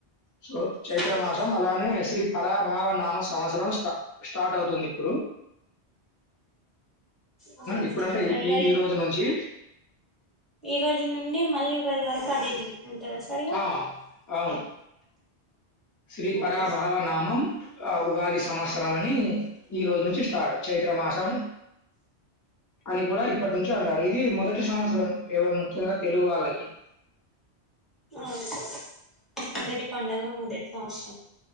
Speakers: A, on the left; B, in the centre.
A: సో చైత్ర
B: అవును
A: మాసం
B: సార్
A: అలానే శ్రీ పరాభావ నామ సంవత్సరం స్టా స్టార్ట్ అవుతుంది ఇప్పుడు
B: ఆ,
A: ఇప్పుడంటే
B: ఇట్లా ఇయర్
A: ఈ ఈ రోజు నుంచి
B: ఈ రోజు నుండి మళ్ళీ ఉగాది వరకు అదే ఉంటదా సర్ ఇగ
A: ఆ! అవును. శ్రీ పరాభావనామం
B: ఓకే సార్
A: ఆ ఉగాది సంవత్సరం అని ఈ రోజు నుంచి స్టార్ట్ చైత చైత్ర మాసం అని కూడా ఇప్పటి నుంచి అంటారు ఇది మొదటి సంవత్సరం ముఖ్యంగా తెలుగు వాళ్ళకి
B: అవును సర్ మొదటి పండగ మొదటి సంవత్సరం